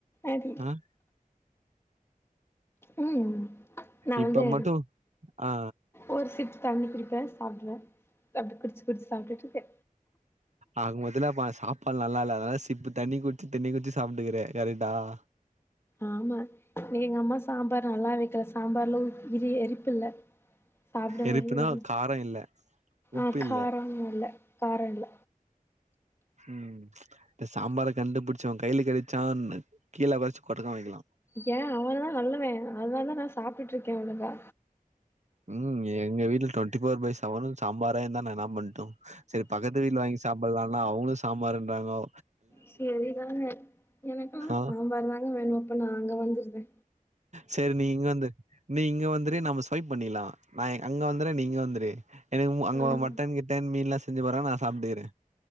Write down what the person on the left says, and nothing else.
அடி
ம் நா
வந்து
ஒரு சிப் தண்ணி குடிப்ப சாப்டுவ அப்டி குடிச்சு குடிச்சு சாப்ட்ட்டு இருக்க
ஆமா எங்க அம்மா சாம்பார் நல்லா வைக்கல சாம்பார்ல உப் எரிப்பு இல்ல சாப்ட
மாரி வரு
அ
காரோம் நல்ல காரோ இல்ல
ஏ அவ்ளதா நல்லவே அத்னால தா நா சாப்ட்டு இருக்கே ஒழுங்கா
செரிதாங்க எனக்கு
சாம்பார் தாங்க வேணு அப்ப நா அங்க வந்துர்றே
வேணுமா